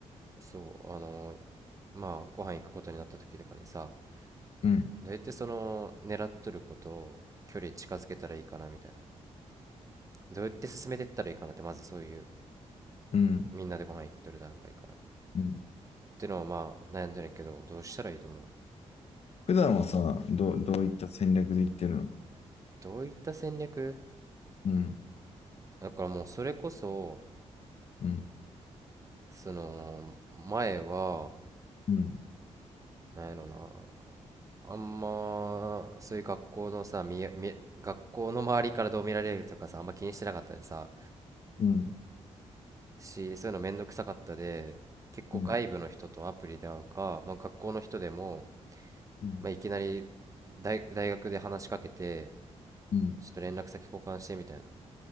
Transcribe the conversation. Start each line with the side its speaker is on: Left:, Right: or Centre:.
Right: そうあのまあご飯行くことになった時とかにさ
Left: うん、
Right: どうやってその狙っとることを距離近づけたらいいかなみたいなどうやって進めてったらいいかなってまずそういう
Left: うん。
Right: みんなでご飯行っとる段階から
Left: うん
Right: ってのはまあ悩んでるんやけどどうしたらいいと思う、
Left: 普段はさ、どう、
Right: うん、
Left: どういった戦略で言ってるの
Right: どういった戦略
Left: うん、
Right: だからもうそれこそ
Left: うん、
Right: その前は
Left: うん、
Right: なんやろなあんまそういう学校のさみみ学校の周りからどう見られるとかさあんま気にしてなかったでさ
Left: うん、
Right: しそういうのめんどくさかったで結構外部の人とアプリで会うか、
Left: うん、
Right: まあ、学校の人でも、
Left: うん、
Right: まあ、いきなり大、大学で話しかけて
Left: うん、
Right: ちょっと連絡先交換してみたいな